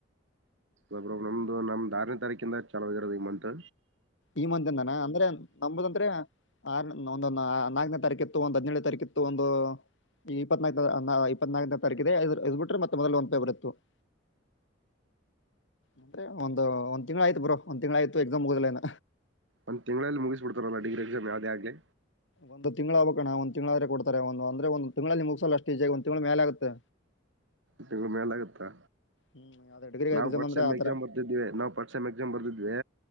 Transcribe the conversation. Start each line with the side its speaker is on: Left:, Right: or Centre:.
Right: ಒ ನಮ್ದು ನಮ್ದು ಆರನೇ ತಾರೀಕಿಂದ ಚಲಾಗಿರೋ ಈ ಮತ್
Left: ಈ ಮಂದಾನ ಅಂದ್ರೆ ನಂಬದಂದ್ರೆ ಆ ಒಂದು ನಾಲ್ಕನೇ ತಾರೀಕು ಇತ್ತು ಒಂದ್ ಹದ್ನೇಳನೇ ತಾರೀಕು ಇತ್ತು ಒಂದು ಇಪ್ಪತ್ನಾಲ್ಕ ಇಪ್ಪತ್ನಾಕನೇ ತಾರೀಕ ಇದೆ ಇದ್ ಬಿಟ್ರೆ ಮತ್ತೆ ಮೊದಲ ಒಂದ ಪೇಪರ್ ಇತ್ತು ಬರ್ ಇತ್ತು ಅಂದ್ರೆ ಒಂದು ಒಂದ್ ತಿಂಗ್ಳ ಆಯ್ತು ಬರೋ ಒಂದ್ ತಿಂಗ್ಳ ಆಯ್ತು ಎಕ್ಸಾಮ್ ಮೂಗದಿಲ್ಲ
Right: ಒಂದ್ಂಗಳಲ್ಲಿ ಮುಗಿಸ್ಬಡ್ತಾರಲ್ಲ ಡಿಗ್ರಿ ಎಕ್ಸಾಮ್ ಯಾವುದೇ ಆಗ್ಲಿ
Left: ಒಂದು ತಿಂಗಳು ಹಾಕಬೇಕಣ್ಣ ಒಂದ್ ತಿಂಳ ಆದ್ರೆ ಕೊಡ್ತಾರೆ ಒಂದು ಅಂದ್ರೆ ಒಂದ ತಿಂಗಳಲ್ಲಿಲ್ಲಿ ಮುಗಸಲ್ಲ ಅಷ್ಟು ಈಜಿ ಒಂದ್ ತಿಂಗಳ ಮೇಲೆ ಆಗುತ್ತೆ
Right: ತಿಂಗಳು ಮೇಲ್ ಆಗುತ್ತಾ
Left: ಹ್ಮ್ ಅದೇ ಡಿಗ್ರಿ
Right: ನಾವು
Left: ಎಕ್ಸಾಮ್
Right: ಫಸ್ಟ್
Left: ಅಂದ್ರೆ
Right: ಸೆಮ್
Left: ಆತರ
Right: ಎಕ್ಸಾಮ್ ಬರ್ದಿದ್ವೆ ನಾವು ಫಸ್ಟ್ ಸೆಮ್ ಎಕ್ಸಾಮ್ ಬರ್ದಿದವಿ